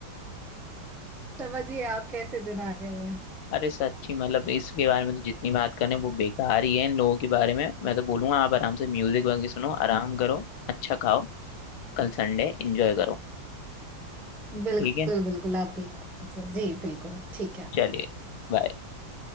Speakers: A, in the centre; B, on the left.
A: समझिए आप कैसे दिन आ गए हैं
B: <laughs> अरे सच्ची मतलब इसके बारे में तो जितनी बात करें वो बेकार ही है इन लोगों के बारे में मैं तो बोलूंगा आप आराम से म्यूजिक वगैरह सुनो आराम करो अच्छा खाओ कल संडे एंजॉय करो
A: बिल्कुल
B: ठीक है
A: बिल्कुल आप भी आराम से जी बिल्कुल ठीक है
B: चलिए बाय